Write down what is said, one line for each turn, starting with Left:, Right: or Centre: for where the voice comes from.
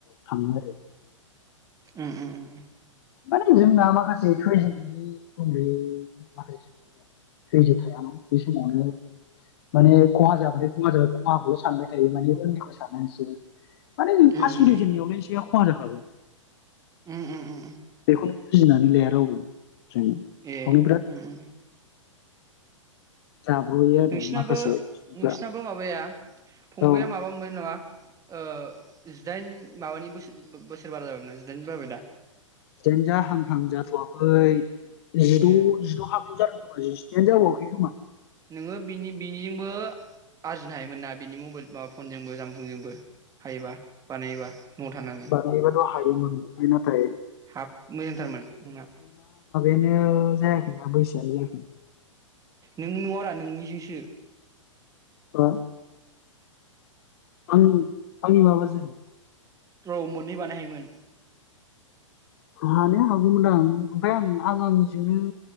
Left: थाङो आरो।
Right: उम उम उम।
Left: माने जोंना माखासे धैज' गोयै उन्दै माखासे सुबुं धैज' थायाना बे समावनो माने खहा जाबाथाय खहा जाब खहाखौल' सानबाय थायो माने उननिखौ साना एसेबो। माने फास
Right: उम उम
Left: खुलिजेनायावलाय इसे खहा जाखागोन।
Right: उम उम उम।
Left: बेखो बुजिनानै लाया रावबो जों बेयावनो
Right: एह
Left: बिराद
Right: उम उम।
Left: जाब्र'यो आरो
Right: नोंसिनाबो
Left: माखासेफ्रा
Right: नोंसिनाबो माबाया फंबाया
Left: औ
Right: माबा मोनबाय नामा? ओ जिदाइन माबानि बोसो बो-बो-बोसोर बारा जाबायमोनना जिदाइन बारबाय दा?
Left: जिदाइन जा हांहां जाथ'वाखै। जिद'
Right: ए
Left: जिद' हाबल जादों <unintelligible> खोमा
Right: नोङो बिनि बिनिजोंबो आरजिनो हायोमोन ना बिनि मबेल माबा फनजोंबो जामबुंजोंबो हायोबा बानायोबा न'आव थानानै
Left: बानायनोथ' हायो ओमफाय नाथाय
Right: हाफ मोजांथारमोन नोंना
Left: बियो जायाखैना बैसोआनो जायाखैना।
Right: नों न'ङारा नोंनिजोंसो
Left: र'आंनि आंनि माबाजों
Right: औ मोननै बानाय हायोमोन।
Left: हानो हागौमोन आं ओमफ्राय आं आं आंनिजोंनो